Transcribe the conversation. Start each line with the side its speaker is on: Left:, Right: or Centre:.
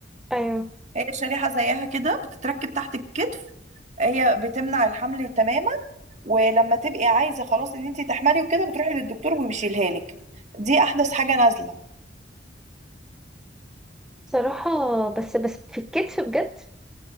Centre: ايوه
Right: هي شريحه زيها كده بتتركب تحت الكتف هي بتمنع الحمل تماما ولما تبقي عايزه خلاص ان انت تحملي وكده بتروحي للدكتور وبيشيلها لك دي احدث حاجه نازله
Centre: صراحة بس بس في الكتف بجد <laughs>